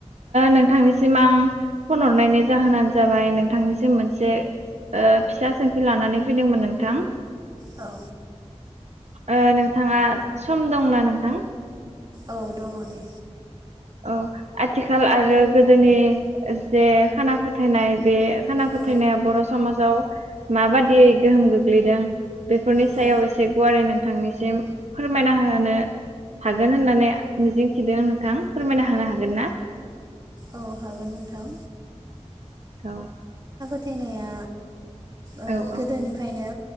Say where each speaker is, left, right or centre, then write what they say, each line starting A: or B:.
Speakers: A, on the right (about 70°); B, on the right (about 35°).
A: नोंथांनिसिम आं फन हरनायनि जाहोनानो जाबाय नोंथांनिसिम मोनसे ओ फिसा सोंथि लानानै फैदोंमोन नोंथां
B: औ
A: ओ नोंथाङा सम दंना नोंथां
B: औ दङ दे
A: औ आथिखाल आरो गोदोनि जे खाना फोथायनाय बे खाना फोथायनाया
B: औ
A: बर' समाजाव माबादिवगोहोम गोग्लैदों बेफोरनि
B: औ
A: सायाव एसे गुवारै नोंथांनिसिम फोरमायना होनो हागोन होननानै मिजिंथिदों नोंथां फोरमायना होनो हागोन ना
B: औ हागोन नोंथां
A: औ
B: थायनाया ओ
A: औ औ
B: गोदोनिफ्रायनो